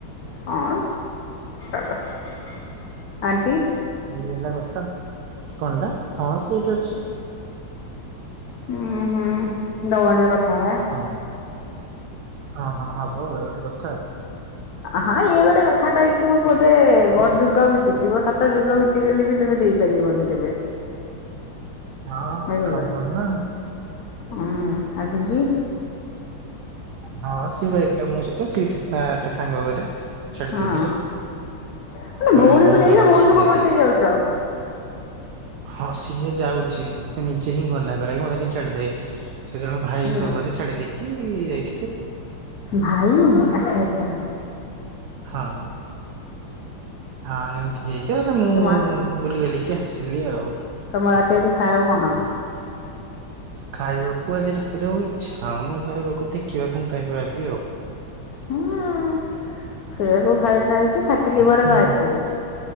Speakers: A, on the left (about 80°); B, on the right (about 85°).
A: ହଁ ସାବାସ୍ ଆଣ୍ଟି।
B: ଏଇ ହେଲା କଥା କଣ୍ଟା ହଁ ସେ ଠିକ ଅଛି।
A: ହୁଁ ହୁଁ ଦଉନ ଟିକେ କଥା ହବା।
B: ହଁ ହଁ ହଁ ହବ ଇଏ ଗୋଟେ କଥା।
A: ହଁ ଇଏ ଗୋଟେ କଥା କହିକି ମୁଁ ବୋଧେ ବଡ ଯୁଗ ବିତିଯିବ ସାତ ଯୁଗ ବିତିଗଲେ ବି କେବେ ଦେଇପାରିବନି କେବେ?
B: ହଁ
A: <unintelligible>
B: ଆଉ କଣ ନା
A: ଆ ଦିଦି?
B: ହଁ ସିଏ ଯାଇଥିଲା ମୋ ସହିତ, ସିଏ ଥିଲା ତା ସାଙ୍ଗ ଘରେ। ଛାଡି
A: ହଁ
B: ଦେଇଥିଲି,
A: ମାନେ
B: ଜଣେ
A: ଭଉଣୀକୁ
B: ଭାଇଙ୍କ
A: ନେଇକି
B: ଘରେ
A: ଭଉଣୀକୁ
B: ଛାଡି
A: ଫୋପାଡି
B: ଦେଇଥିଲି।
A: ଦେଇ ଯାଉଛ
B: ହଁ ସିଏ ଯାଉଚି। ସେ ନିଜେ ହିଁ ଗଲା କହିଲା କି ମତେ ଛାଡିଦେ, ସେ ଜଣ ଭାଇଙ୍କ
A: ହୁଁ
B: ଘରେ ଛାଡି ଦେଇକି ଯାଇ
A: ଭାଇ, ଆଚ୍ଛା-ଆଚ୍ଛା।
B: ହଁ। ହଁ <unintelligible> ଠିକ୍ ଆରେ ମୁଁ
A: ତମ
B: ବୁଲି ବାଲିକି ଆସିଲି ଆଉ।
A: ତମ ରାତିରେ ଆଜି ଖାଇଆକୁ କଣ?
B: ଖାଇବାକୁ ଆଜି ରାତିରେ ଆଉ ଇଚ୍ଛା ହଉନି ଖାଇବାକୁ, ଦେଖିବା କଣ ଖାଇବା ଆଜି ଆଉ।
A: ହୁଁ ସେଇଆକୁ ଖାଇ ଖାଇକି ଫାଟି ଲିଭର
B: ହୁଁ।
A: ବାହାରିଚି।